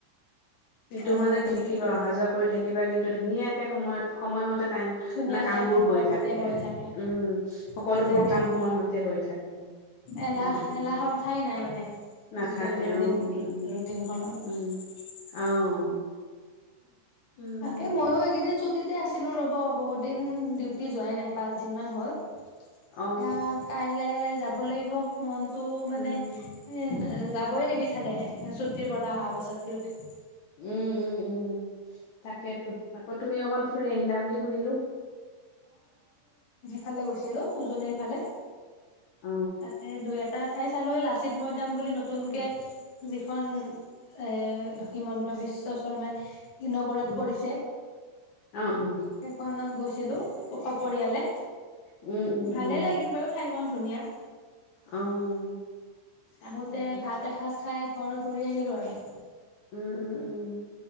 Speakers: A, on the left (about 80°); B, on the left (about 45°).
A: কিন্তু
B: অ
A: মানে
B: সেইটোয়েতো
A: থাকিবা অহা যোৱা কৰি থাকিবা কিন্তু ধুনীয়াকে সময়ত সময়মতে।
B: ধুনীয়াকে
A: মানে কাম বোৰ
B: সময়
A: হৈ
B: মতে
A: থাকে।
B: হৈ থাকে
A: উম, সকলোবোৰ
B: হৈ থাকে
A: কাম
B: অ
A: সময়মতে হৈ থাকে।
B: এলাহ
A: উম,
B: এলাহৰ ঠাই নাই মানে
A: নাথাকে
B: দৈনন্দিন
A: অ', উম, উম,
B: ৰুটিনখনত।
A: উম, অ'। উম,
B: তাকে ময়ো এইকেইদিন ছুটিতে আছিলো ৰ'ব বহুত দিন ডিউটি যোৱাই নাই পাঁচ দিন মান হ'ল।
A: অ',
B: এতিয়া কাইলে যাব লাগিব মনটো
A: উম,
B: মানে এ
A: উম।
B: যাবই নিবিচাৰে ছুটিৰ পৰা অহা পাছত ডিউটি।
A: উম উম উম। তাকেতো আকৌ তুমি অকন ফুৰি আহিলা বুলি শুনিলো।
B: ফালে গৈছিলো উজনিৰ ফালে।
A: অ',
B: তাতে দুই এটা ঠাই চালোৱে লাচিত মৈদাম বুলি নতুনকে।
A: উম,
B: খন এ হিমন্ত বিশ্ব শৰ্মাই। ইন'গৰেট
A: উম,
B: কৰিছে।
A: অ', অ', উম।
B: সেইখনত গৈছিলো। সপৰিয়ালে
A: উম, উম,
B: ভালে
A: উম,
B: লাগিল বাৰু ঠাইখন ধুনীয়া।
A: অ'।
B: আহোতে
A: তাকে
B: ভাত এসাঁজ খাই ঘৰ ঘূৰি আহিলো আৰু।
A: উম উম উম।